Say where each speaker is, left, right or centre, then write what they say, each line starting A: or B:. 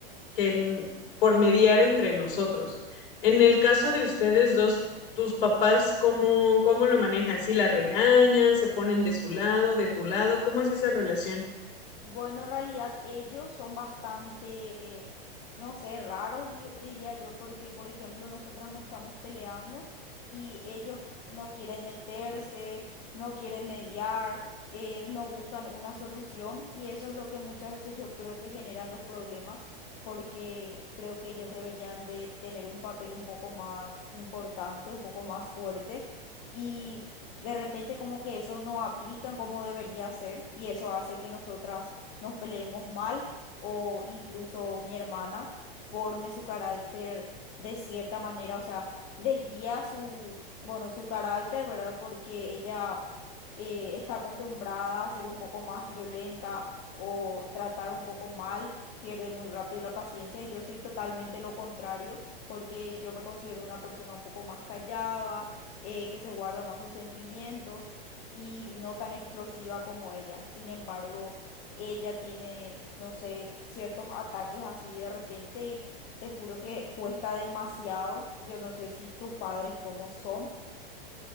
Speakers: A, on the left; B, on the left.
A: que, n- por mediar entre nosotros. En el caso de ustedes dos, tus papás, ¿cómo, cómo lo manejan? ¿Si la regañan, se ponen de su lado, de tu lado? ¿Cómo es esa relación?
B: Bueno, en realidad ellos son bastante, no sé, raros, digo- diría yo, porque, por ejemplo, nosotras no estamos peleando y ellos no quieren meterse, no quieren mediar, eh, no buscan una solución y eso es lo que muchas veces yo creo que generan los problemas, porque creo que ellos deberían de tener un papel un poco más importante, un poco más fuerte y de repente como que eso no aplican como debería ser y eso hace que nosotras nos peleemos mal o incluso mi hermana forme su carácter de cierta manera, o sea, desvía su, bueno, su carácter, ¿verdad? Porque ella eh, está acostumbrada a ser un poco más violenta o tratar un poco mal, pierde muy rápido la paciencia y yo soy totalmente lo contrario. porque yo me considero una persona un poco más callada, eh, que se guarda más sus sentimientos y no tan explosiva como ella. Sin embargo, ella tiene, no sé, ciertos ataques así de repente y te juro que cuesta demasiado. Yo no sé si tus padres cómo son.